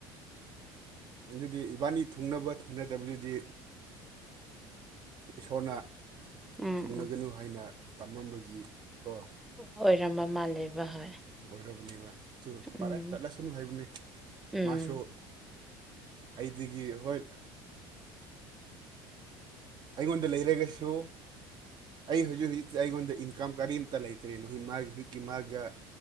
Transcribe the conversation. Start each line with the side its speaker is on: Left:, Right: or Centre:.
Right: ꯑꯗꯨꯗꯤ ꯏꯕꯥꯅꯤ ꯊꯨꯡꯅꯕ ꯊꯨꯡꯅꯗꯕꯗꯨꯗꯤ ꯏꯁꯣꯔꯅ
Centre: ꯎꯝ ꯎꯝ
Right: ꯊꯣꯡꯅꯒꯅꯨ ꯍꯥꯏꯅ ꯇꯝꯃꯝꯕꯒꯤ ꯀꯣ
Centre: ꯑꯣꯏꯔꯝꯕ ꯃꯥꯜꯂꯦꯕ ꯍꯣꯏ
Right: ꯑꯣꯏꯔꯕꯅꯦꯕ ꯄꯥꯔꯦ
Centre: ꯎꯝ
Right: ꯆꯠꯂꯁꯅꯨ ꯍꯥꯏꯕꯅꯦ
Centre: ꯎꯝ
Right: ꯃꯥꯁꯨ ꯑꯩꯗꯒꯤ ꯍꯣꯏ ꯑꯩꯉꯣꯟꯗ ꯂꯩꯔꯒꯁꯨ ꯑꯩ ꯍꯧꯖꯤꯛ ꯍꯧꯖꯤꯛꯇꯤ ꯑꯩꯉꯣꯟꯗ ꯏꯟꯀꯝ ꯀꯔꯤꯝꯇ ꯂꯩꯇ꯭ꯔꯦꯅ ꯍꯖꯤꯛ ꯃꯥꯒꯤ ꯍꯖꯤꯛꯀꯤ ꯃꯥꯒ